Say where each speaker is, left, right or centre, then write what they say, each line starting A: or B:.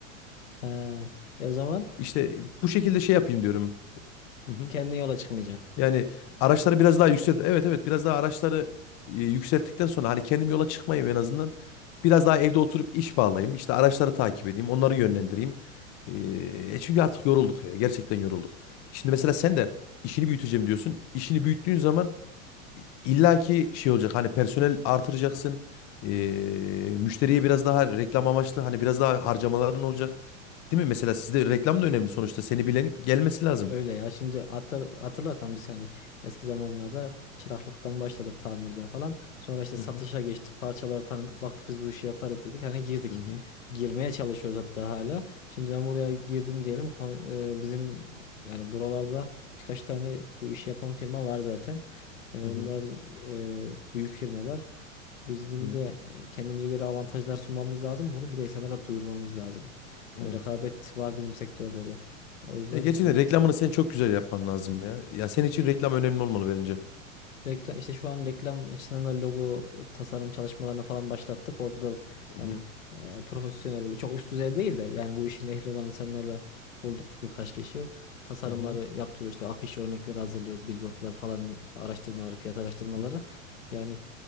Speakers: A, on the left; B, on the left.
A: Ha, e o zaman
B: İşte bu şekilde şey yapayım diyorum. Hı hı.
A: kendi yola çıkmayacaksın.
B: Yani araçları biraz daha yükselt. Evet evet biraz daha araçları e, yükselttikten sonra hani kendim yola çıkmayayım en azından. Biraz daha evde oturup iş bağlayayım. İşte araçları takip edeyim. Onları yönlendireyim. Ee, e çünkü artık yorulduk ya. Gerçekten yorulduk. Şimdi mesela sen de işini büyüteceğim diyorsun. İşini büyüttüğün zaman İlla ki şey olacak hani personel artıracaksın. Eee, müşteriye biraz daha reklam amaçlı hani biraz daha harcamaların olacak. Değil mi? Mesela sizde reklam da önemli sonuçta. Seni bilen gelmesi lazım.
A: Öyle ya şimdi hatır, hatırlatan biz hani eski zamanlarda çıraklıktan başladık tamirden falan. Sonra işte satışa
B: Hı hı
A: geçtik parçaları tanıdık baktık biz bu işi yaparız dedik hani girdik.
B: hı hı
A: Girmeye çalışıyoruz hatta hala. Şimdi ben buraya girdim diyelim Ko- e, bizim yani buralarda birkaç tane bu işi yapan firma var zaten. Yani
B: hı
A: onlar
B: hı.
A: e, büyük firmalar. Bizim
B: hı.
A: de e, kendimize göre avantajlar sunmamız lazım. Bunu bir de insanlara duyurmamız lazım.
B: Evet.
A: Yani rekabet var bizim sektörde de. O yüzden
B: Ya gerçekten
A: e,
B: reklamını sen çok güzel yapman lazım ya. Ya senin için reklam önemli olmalı bence.
A: Reklam işte şu an reklam açısından da logo tasarım çalışmalarına falan başlattık. Orada da
B: Hı
A: yani
B: hı
A: e, profesyonel böyle çok üst düzey değil de yani bu işin ehli olan insanlarla bulduk birkaç kişi. Tasarımları
B: hı hı hı.
A: yaptırıyoruz işte afiş örnekleri hazırlıyoruz, billboardlar falan araştırmaları, fiyat araştırmaları.
B: hı hı.
A: Yani